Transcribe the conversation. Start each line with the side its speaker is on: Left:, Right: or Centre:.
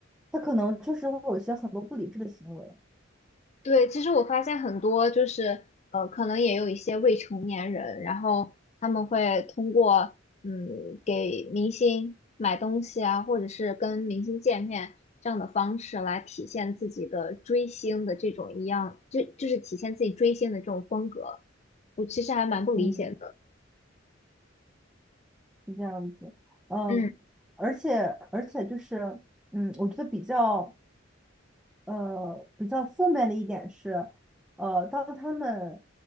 Centre: 他可能确实会有一些很多不理智的行为，
Left: 对，其实我发现很多就是呃，可能也有一些未成年人，然后他们会通过嗯给明星买东西啊，或者是跟明星见面这样的方式来体现自己的追星的这种一样，就就是体现自己追星的这种风格，我其实还蛮不理解的。
Centre: 嗯，是这样子，嗯，
Left: 嗯。
Centre: 而且而且就是嗯，我觉得比较。呃，比较负面的一点是，呃，当他们